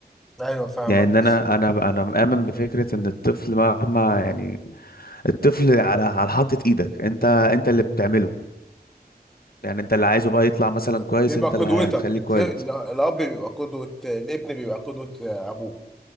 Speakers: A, in the centre; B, on the left.
A: أيوة فاهمك
B: يعني انا
A: بس
B: انا انا مؤمن بفكرة ان الطفل مهما يعني الطفل على على حاطة ايدك انت انت اللي بتعمله يعني انت اللي عايزه بقى يطلع مثلا كويس
A: بيبقى
B: انت
A: قدوتك
B: اللي هتخليه
A: الت-
B: كويس
A: ال- الاب بيبقى قدوة الابن بيبقى قدوة ابوه